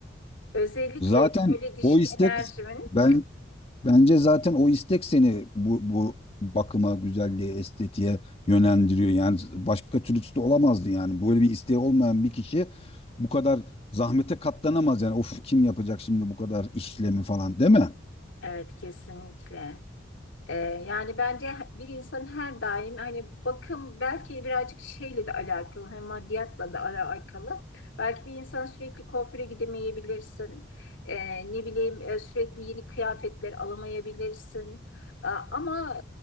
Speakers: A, on the left; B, on the left.
A: özellikle
B: Zaten
A: böyle dişil
B: o istek
A: enerjimin.
B: ben bence zaten o istek seni bu bu bakıma, güzelliğe, estetiğe yönlendiriyor. Yani başka türlüsü de olamazdı yani. Böyle bir isteği olmayan bir kişi bu kadar zahmete katlanamaz yani. Of kim yapacak şimdi bu kadar işlemi falan değil mi?
A: Evet kesinlikle. Ee, yani bence bir insan her daim hani bakım belki birazcık şeyle de alakalı, hani maddiyatla da alakalı. Belki bir insan sürekli kuaföre gidemeyebilirsin. Ee, ne bileyim e, sürekli yeni kıyafetler alamayabilirsin. A- Ama